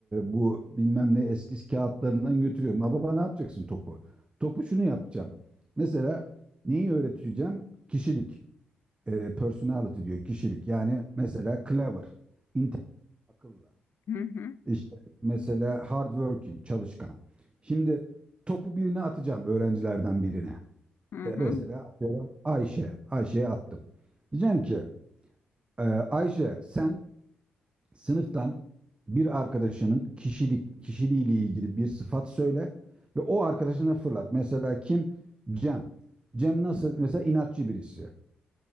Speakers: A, on the right; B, on the left.
A: bu bilmem ne eski kağıtlarından götürüyorum. Ama baba ne yapacaksın topu? Topu şunu yapacağım. Mesela neyi öğreteceğim? Kişilik. E, personality diyor kişilik. Yani mesela clever, intelligent, akıllı.
B: Hı hı.
A: İşte mesela hardworking, çalışkan. Şimdi topu birine atacağım öğrencilerden birine.
B: Hı
A: E,
B: hı.
A: mesela atıyorum Ayşe. Ayşe'ye attım. Diyeceğim ki e, Ayşe sen sınıftan bir arkadaşının kişilik kişiliğiyle ilgili bir sıfat söyle ve o arkadaşına fırlat. Mesela kim? Cem. Cem nasıl? Mesela inatçı birisi